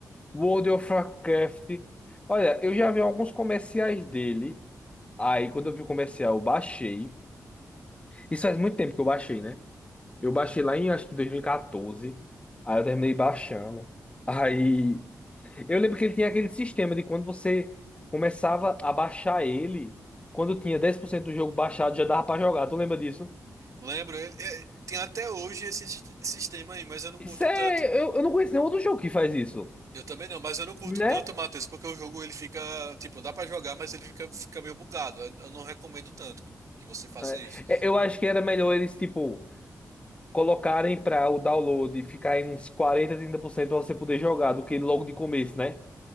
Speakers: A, on the left; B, on the right.
A: World of Warcraft. Olha, eu já vi alguns comerciais dele. Aí, quando eu vi o comercial, eu baixei. Isso faz muito tempo que eu baixei, né? Eu baixei lá em, acho que 2014. Aí eu terminei baixando. Aí eu lembro que ele tinha aquele sistema de quando você começava a baixar ele, quando tinha 10% do jogo baixado, já dava pra jogar. Tu lembra disso?
B: Lembro, ele é, tem até hoje esse sis- sistema aí, mas eu não
A: Isso
B: curto
A: é.
B: tanto.
A: Eu, eu não conheço nenhum outro jogo que faz isso,
B: Eu também não, mas eu não curto
A: né?
B: tanto, Matheus, porque o jogo ele fica, tipo, dá pra jogar, mas ele fica, fica meio bugado. Eu eu não recomendo tanto que, que você faça
A: É,
B: isso.
A: é, eu acho que era melhor eles, tipo, colocarem pra o download ficar em uns quarenta, trinta por cento pra você poder jogar do que logo de começo, né?